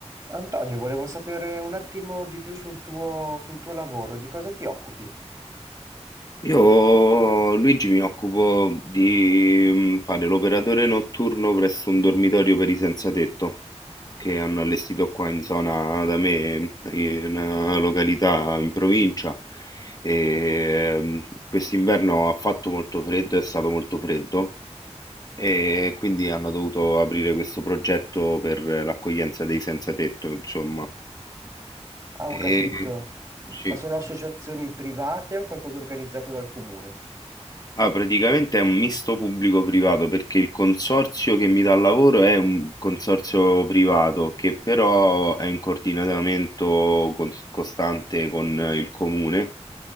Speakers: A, on the right (about 30°); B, on the left (about 35°).
A: Antonio, volevo sapere un attimo di più sul tuo, sul tuo lavoro, di cosa ti occupi?
B: Io, Luigi, mi occupo di mm, fare l'operatore notturno presso un dormitorio per i senza tetto che hanno allestito qua in zona da me, in una località in provincia. E mm, quest'inverno ha fatto molto freddo, è stato molto freddo e quindi hanno dovuto aprire questo progetto per l'accoglienza dei senza tetto, insomma.
A: Ah, ho
B: E,
A: capito.
B: mm, sì.
A: Ma sono associazioni private o qualcosa organizzato dal comune?
B: Ah, praticamente è un misto pubblico-privato perché il consorzio che mi dà il lavoro è un consorzio privato che però è in coordinamento cons- costante con eh, il comune